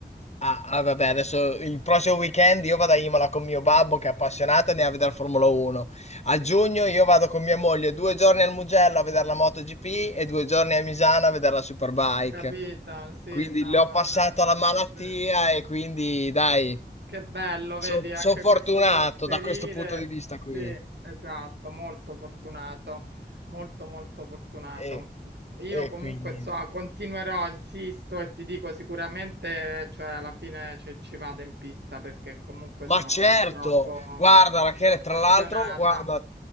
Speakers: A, on the left (about 40°); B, on the right (about 80°).
A: Ah, ah, vabbè, adesso il prossimo weekend io vado a Imola con mio babbo che è appassionato e ne va a vedere Formula 1. A giugno io vado con mia moglie due giorni al Mugello a vedere la MotoGP e due giorni a Misano a vedere la Superbike.
B: capito, sì,
A: Quindi
B: no,
A: le ho
B: vabbè.
A: passato la malattia
B: Sì.
A: e quindi dai,
B: Che bello,
A: sono
B: vedi, anche
A: fortunato
B: questo trasferire.
A: da questo punto di vista qui.
B: Sì, esatto, molto fortunato, molto molto fortunato.
A: E,
B: Io
A: e
B: comunque
A: quindi...
B: so, continuerò, insisto e ti dico sicuramente, cioè alla fine ci, ci vado in pista perché comunque
A: Ma
B: sono
A: certo,
B: troppo
A: guarda Rachele,
B: appassionata.
A: tra l'altro, guarda,